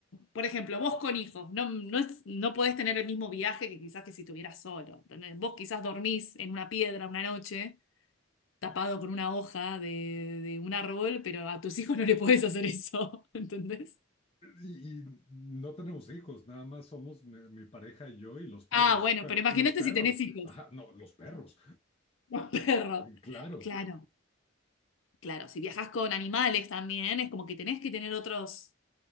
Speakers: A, on the left; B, on the left.
A: por ejemplo, vos con hijos, no, no, es- no podés tener el mismo viaje que quizás que si estuvieras solo. ¿entendés? Vos quizás dormís en una piedra una noche, tapado con una hoja de, de un árbol, pero a tus hijos no le podés hacer eso, <laughs> ¿entendés?
B: Y, y no tenemos hijos, nada más somos mi, mi pareja y yo y los perros.
A: Ah, bueno,
B: Pero
A: pero imagínate
B: los perros,
A: si tenés hijos,
B: ajá, no, los perros,
A: <laughs> los perros.
B: claro.
A: Claro, claro. Si viajas con animales también, es como que tenés que tener otros,